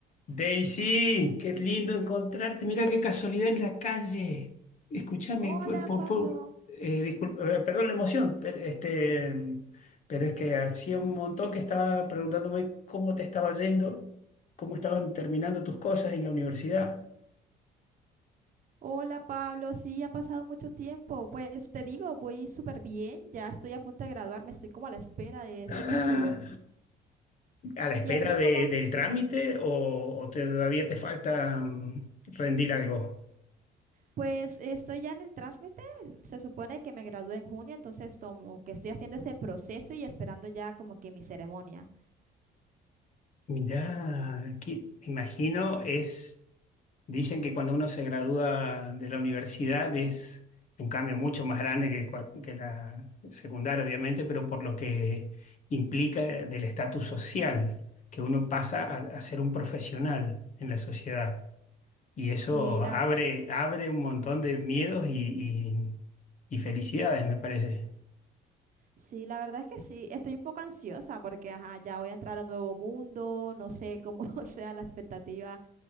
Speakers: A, on the left; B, on the right.
A: Daisy, qué lindo encontrarte. Mira qué casualidad en la calle. Escúchame,
B: Hola
A: por, por-
B: Pablo,
A: por- eh, disculpa, eh, perdón la emoción, pe- este, pero es que hacía un montón que estaba preguntándome cómo te estaba yendo, cómo estaban terminando tus cosas en la universidad.
B: hola Pablo, sí, ha pasado mucho tiempo. Pues te digo, voy súper bien, ya estoy a punto de graduarme, estoy como a la espera de ese
A: Ah,
B: título.
A: ¿A la espera
B: ¿Y a ti
A: de-
B: cómo?
A: del trámite o, o te- todavía te falta mm, rendir algo?
B: Pues estoy ya en el trámite, se supone que me gradué en junio, entonces como que estoy haciendo ese proceso y esperando ya como que mi ceremonia.
A: Mirá, aquí, me imagino es. Dicen que cuando uno se gradúa de la universidad es un cambio mucho más grande que, cual- que la secundaria, obviamente, pero por lo que implica del estatus social, que uno pasa a, a ser un profesional en la sociedad. Y
B: Sí,
A: eso
B: la,
A: abre, abre un montón de miedos y, y- y felicidades, me parece.
B: sí, la verdad es que sí, estoy un poco ansiosa porque ajá, ya voy a entrar a un nuevo mundo, no sé cómo <laughs> sea la expectativa